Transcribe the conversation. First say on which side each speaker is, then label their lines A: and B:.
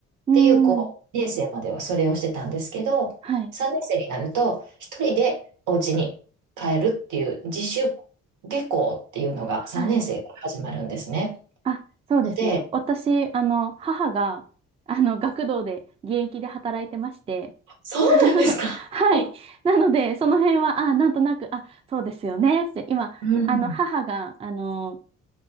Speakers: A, on the right (about 20°); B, on the right (about 80°).
A: うー
B: ていう、こう、
A: ん。
B: 2年生まではそれをしてたんですけど、
A: はい。
B: 3年生になると、一人でお家に帰るっていう、自主下校っていうのが3年生から始まるんですね。
A: はい。あ、そうですね。
B: ので、
A: 私、あの、母が、あの、学童で、現役で働いてまして、
B: そうなんですか。
A: <laughs> あのはい。
B: <laughs>
A: なので、その辺は、あ、なんとなく、あ、そうですよね。って、今、
B: うん。
A: あの、母が、あの、